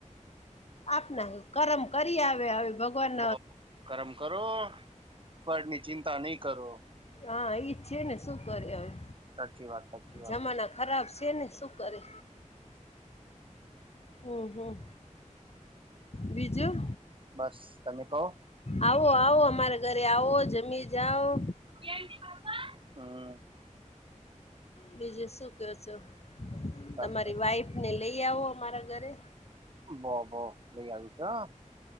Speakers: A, on the left; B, on the right.
A: આપના કરમ કરી આવે હવે ભગવાન
B: બો કરમ કરો, ફળની ચિંતા નઈ કરો.
A: હા ઈ જ છે ને શું કરે અવે?
B: સાચી વાત સાચી
A: જમાના
B: વાત
A: ખરાબ છે ને શું કરે? હમ હમ બીજું?
B: બસ તમે કહો!
A: આવો આવો અમારા ઘરે આવો જમી જાઓ.
B: <unintelligible>
A: બીજું શું. યો છો.
B: બસ
A: તમારી વાઈફ ને લઈ, કે આવો અમારા ઘરે.
B: ભો-ભો લઈ આવીશ હ.